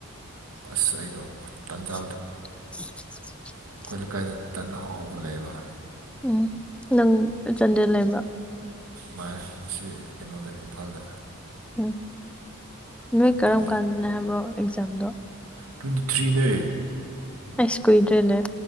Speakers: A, on the right; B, in the centre.
A: ꯑꯁ ꯑꯩꯗꯣ ꯇꯥꯟꯖꯥ
B: <unintelligible>
A: ꯑꯩꯈꯣꯏ ꯂꯩꯀꯥꯏꯗ ꯇꯟꯅ ꯍꯥꯎꯕ ꯂꯩꯕ
B: ꯎꯝ ꯅꯪ ꯆꯥꯟꯗꯦꯜ ꯂꯩꯕ꯭ꯔꯥ
A: ꯃꯥ ꯁꯤ ꯀꯩꯅꯣꯗ ꯏꯝꯐꯥꯜꯗ
B: ꯎꯝ ꯅꯣꯏ ꯀꯔꯝ
A: ꯇꯟ
B: ꯀꯥꯟꯗꯅ ꯍꯥꯏꯕ꯭ꯔꯣ ꯆꯝꯗꯣ
A: ꯇ꯭ꯋꯦꯟꯇꯤ ꯊ꯭ꯔꯤꯅꯦ
B: ꯑꯁ ꯀꯨꯗ꯭ꯔꯦ ꯂꯩꯦ